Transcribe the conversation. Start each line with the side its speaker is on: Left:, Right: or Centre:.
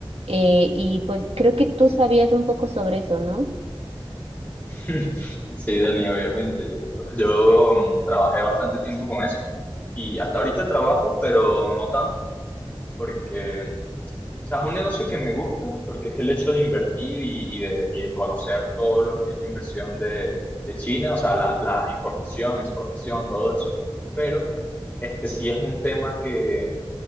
Right: Eh, y pues creo que tú sabías un poco sobre eso, ¿no?
Left: <laughs> Sí, Dani, obviamente. Yo, yo, mm, trabajé bastante tiempo con eso y hasta ahorita trabajo, pero no tanto, porque mm, o sea, es un negocio que me gusta, porque es el hecho de invertir y, y de, y de conocer todo lo que es la inversión de, de China, o sea, la, la importación, exportación, todo eso, pero este sí es un tema que,